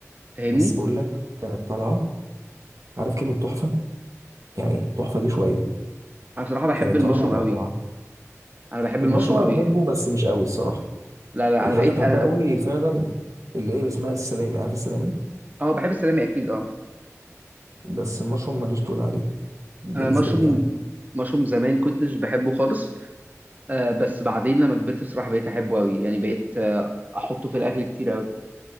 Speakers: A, on the right (about 30°); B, on the right (about 75°).
A: فاهمني
B: بس بقول لك كانت طالعه عارف كلمه تحفه يعني تحفه دي شويه
A: انا بصراحه بحب
B: كانت
A: المشروم
B: طالعه رائعه
A: قوي انا بحب
B: المشروم
A: المشروم قوي
B: انا بحبه بس مش قوي الصراحه
A: لا لا
B: الحاجه
A: انا بقيت
B: اللي
A: انا
B: بحبها قوي فعلا اللي هي اسمها السلامي عارف السلامي
A: اه بحب السلامي اكيد اه
B: بس المشروم ماليش تقول عليه بالنسبه
A: انا المشروم
B: لي يعني
A: مشروم زمان كنتش بحبه خالص آه بس بعدين لما كبرت بصراحة بقيت أحبه أوي يعني بقيت آه أحطه في الأكل كتير أوي